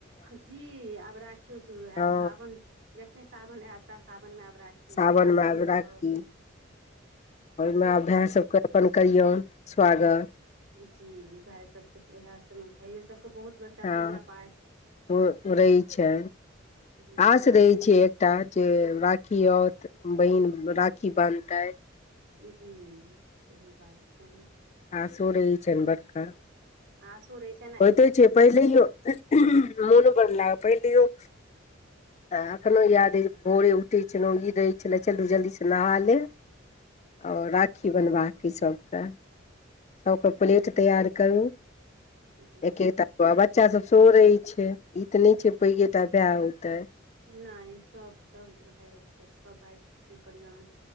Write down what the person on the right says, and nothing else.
जी आब राखियो शुरू हैयत
सावन जखने सावन एत ता सावन मे आब राखी
फेर
ओहिमे
सभ
पहिले
जी भय सबके वएह सबमे भइयो सबके बहुत बड़का
पूजा पाठ
जी
राखीमे
जी सही बात छैन
आ सो रइसन
अच्छा
जी
नय सब सब भाई अबइ छइथ सभ भाई करियअन